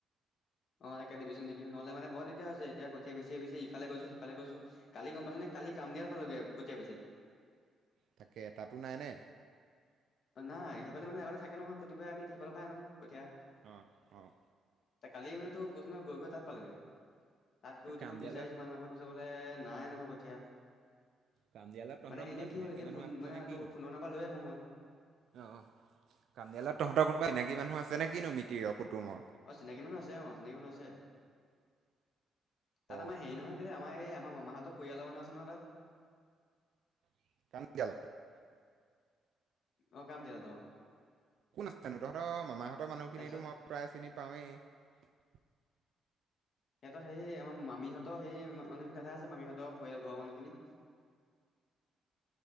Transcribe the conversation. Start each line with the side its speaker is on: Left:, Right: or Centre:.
Left: অ তাক দিবিচোন দিবি নহলে মানে বৰ দিগদাৰ হৈছে এতিয়া কঠিয়া বিচি ইফালে গৈছো সিফালে গৈছো কালি গম পা নে কালি কামৰিয়াল পালগে কঠীয়া বিচাৰি
Right: তাকে এটাতো নাইনে?
Left: নাই সেইফালে মানে আগতে থাকে নহয় প্ৰতিবাৰে আমি সেইফালৰ পৰা আনো কঠিয়া।
Right: অ', অ',
Left: কালি মানে তো কৈছ নহ গৈ গৈ তাত পালগে তাত গৈ
Right: এই
Left: দেখন
Right: কামদিয়ালত
Left: বিচাৰিছো মানুহৰ ঘৰ কৈ চাব ব নাই নহয় কঠীয়া
Right: কামদিয়ালত তহঁতৰ
Left: মানে
Right: কোনোবা
Left: এনেই কি
Right: চিনাকি
Left: হ'ল এনে
Right: মানুহ
Left: ফোন
Right: আছে
Left: মানে
Right: নে কিনো
Left: তোৰ ফোনৰ নম্বাৰ লৈ আহো
Right: অ কামডিয়ত তহঁতৰ কোনোবা চিনাকী মানুহ আছে নে কিনো মিতিৰ কুটুমৰ?
Left: অ', চিনাকি মানুহ আছে-অ চিনাকি মানুহ আছে।
Right: অ',
Left: তাত আমাৰ হেৰি নহয় কেলৈ আমাৰ এই আমাৰ মামাহঁতৰ পৰিয়ালৰ মানুহ আছে নহয় তাত।
Right: <unintelligible>
Left: অ', কামদিয়ালত
Right: কোন আছেনো তহঁতৰ মামাহঁতৰ মানুহখিনিতো
Left: তাৰপিছত
Right: মই প্ৰায় চিনি পাওঁৱেই
Left: সিহঁতৰ সেই আমাৰ মামীহঁতৰ সেই মানুহখিনি তাদে আছে মামীহঁতৰ পৰিয়াল ঘৰৰ মানুহখিনি